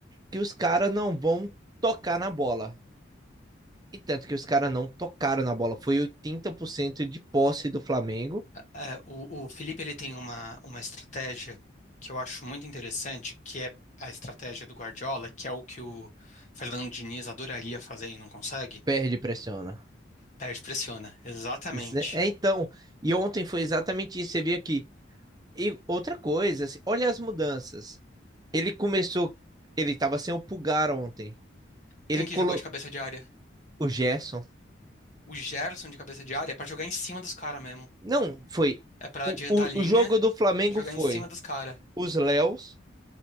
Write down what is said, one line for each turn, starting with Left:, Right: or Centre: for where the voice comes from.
Right: que os caras não vão tocar na bola. E tanto que os caras não tocaram na bola. Foi 80% de posse do Flamengo.
Left: é, o, o Felipe ele tem uma, uma estratégia que eu acho muito interessante, que é a estratégia do Guardiola, que é o que o Fernando Diniz adoraria fazer e não consegue.
Right: Perde e pressiona.
Left: Perde, pressiona. Exatamente.
Right: Zé- É, então, e ontem foi exatamente isso. Você vê aqui. E outra coisa, assim, olha as mudanças. Ele começou, ele tava sem o Pulgar ontem. Ele
Left: Quem que
Right: colocou
Left: jogou de cabeça de área?
Right: o Gerson.
Left: O Gerson de cabeça de área é pra jogar em cima dos caras mesmo.
Right: Não, foi.
Left: É pra
Right: O,
Left: adiantar
Right: o,
Left: a linha
Right: o jogo do Flamengo
Left: e jogar
Right: foi
Left: em cima dos caras.
Right: os Léos,